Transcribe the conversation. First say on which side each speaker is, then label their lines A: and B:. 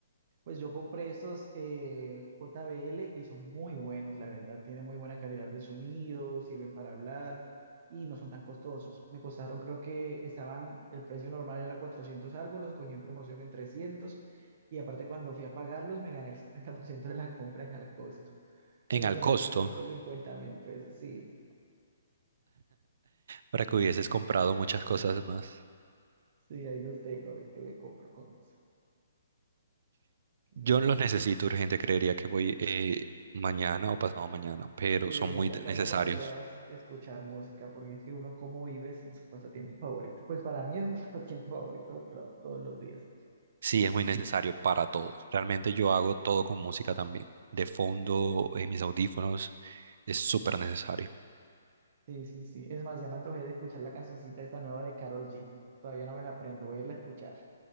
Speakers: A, on the right (about 45°); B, on the right (about 60°).
A: Pues yo compré estos eh, JBL y son muy buenos, la verdad. Tienen muy buena calidad de sonido, sirven para hablar y no son tan costosos. Me costaron, creo que estaban, el precio normal era 400 algo, los cogí en promoción en trescientos y aparte cuando fui a pagarlos me gané el 50% de la compra en al costo. Entonces
B: En al
A: me salieron
B: costo,
A: en 150 mil pesos. Sí,
B: para que hubieses comprado muchas cosas más.
A: sí, ahí los tengo. A ver qué me compro con eso. Pero
B: Yo los
A: bueno.
B: necesito urgente, creería que voy eh, mañana o pasado mañana, pero
A: Sí, deberías
B: son muy
A: comprarlo
B: necesarios.
A: para que puedas escuchar música, porque es que uno cómo vives en su pasatiempo favorito. Pues para mí es mi <laughs> pasatiempo favorito porque lo hago todos los días.
B: Sí, es muy necesario para todos. Realmente yo hago todo con música también. De fondo, en mis audífonos, es súper necesario.
A: Sí, sí, sí. Es más, ya me antojé de escuchar la cancioncita esta nueva de Karol G. Todavía no me la aprendo, voy a irla a escuchar.